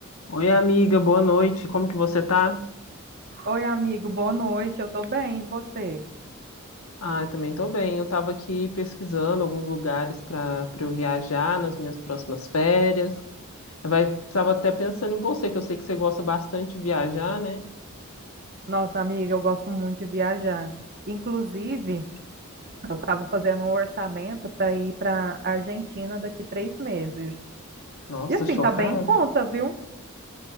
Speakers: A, on the left; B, on the right.
A: Oi, amiga, boa noite. Como que você tá?
B: Oi, amigo, boa noite. Eu tô bem, e você?
A: Ah, eu também tô bem. Eu tava aqui pesquisando alguns lugares para para eu viajar nas minhas próximas férias. Eu vai, tava até pensando em você, que eu sei que você gosta bastante de viajar, né?
B: Nossa, amiga, eu gosto muito de viajar. Inclusive, eu estava fazendo um orçamento para ir para Argentina daqui três meses.
A: Nossa,
B: E assim,
A: chocada.
B: tá bem em conta, viu?